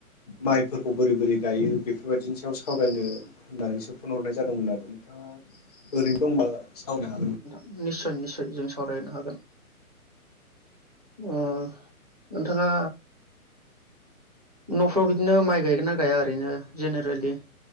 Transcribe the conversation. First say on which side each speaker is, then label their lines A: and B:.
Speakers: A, on the left; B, on the right.
A: माइफोरखौ बोरै बोरै गायो बेफोरबायदिनि सायाव सावरायनो होननानैसो फन हरनाय जादोंमोन आरो नोंथाङा ओरैनो दंबा सावरायनो हागोन।
B: नि सय निसय जों सावरायनो हागोन। अ नोंथाङा नफ्राव बिदिनो माइ गायगोन ना गाया ओरैनो जेनेरेलि